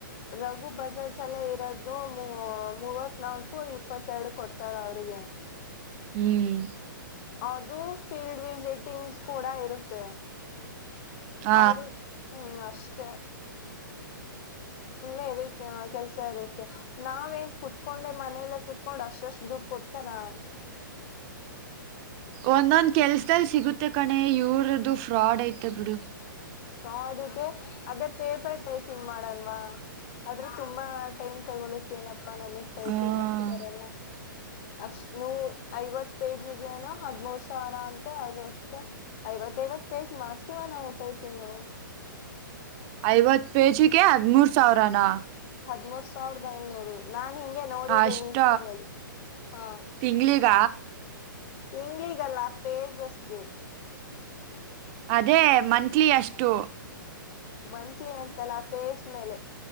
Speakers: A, on the left; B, on the right.
A: ರಘು ಬಜಾಜ್ ಚಲೆ ಇರೋದು ಮೂ ಮೂವತ್ ನಾಲ್ಕು. ಇಪ್ಪತ್ತೆರಡು ಕೊಡ್ತಾರ ಅವರಿಗೆ.
B: ಹ್ಮ್.
A: ಅದು ಫೀಲ್ಡ್ ವಿಸಿಟಿಂಗ್ ಕೂಡ ಇರುತ್ತೆ.
B: ಹ
A: ಅವ್ರಿಗ್ ಹ್ಮ್ ಅಷ್ಟೇ. ಫುಳ್ಳೆ ವ ಕೆಲ್ಸ ಇರುತ್ತೆ. ನಾವೇನ್ ಕುೂತ್ಕೊಂಡೆ ಮನೇಲ್ಲ ಕುತ್ಕೊಂಡ್ ಅಷ್ಟಷ್ಟು ದುಡ್ಡು ಕೊಡ್ತಾರಾ.
B: ಒಂದೊಂದ್ ಕೆಲ್ಸದಲ್ಲಿ ಸಿಗುತ್ತೆ ಕಣೆ ಇವರದು ಫ್ರಾಡ್ ಐತೆ ಬಿಡು.
A: ನೋಡಿದ್ದೆ ಅದೇ ಪೇಪರ್ ಟೈಪಿಂಗ್ ಮಡನ್ವ. ಆದ್ರೆ ತುಂಬಾ ಟೈಮ್ ತಗೊಳುತ್ತೇನಪ್ಪಾ ನಮಗ್ ಟೈಪಿಂಗ್.
B: ಹ್ಮ
A: ಬರಲ್ಲ ಅಷ್ಟ ಐವತ್ತು ಪೇಜಿಗೆ ಏನೂ ಹದಿಮೂರು. ಸಾರ ಅಟ ಅ ಅಷ್ಟು ಐವತ್ತೈವತ್ತು ಪೇಜ್ ಮಾಡ್ತೀವ ನಾವು ಟೈಪಿಂಗು.
B: ಐವತ್ತು ಪೇಜಿಗೆ ಹದಮೂರು ಸಾವಿರನಾ.
A: ಹದ್ಮೂರ್ ಸಾವಿರದ ಐನೂರು ನಾನ್ ಹಿಂಗೆ. ನೋಡಿದ್ದ
B: ಅಷ್ಟ
A: ಇನ್ಸ್ಟಾ ದಲ್ಲಿ ಹ.
B: ತಿಂಗ್ಳಿಗ
A: ತಿಂಗಳಿಗಲ್ಲ ಪೇಜಸ್ಗೆ.
B: ಅದೇ ಮಂತ್ಲಿ ಎಷ್ಟು.
A: ಮಂತ್ಲಿ ಅಂತಲ್ಲ ಪೇಜ್ ಮೇಲೆ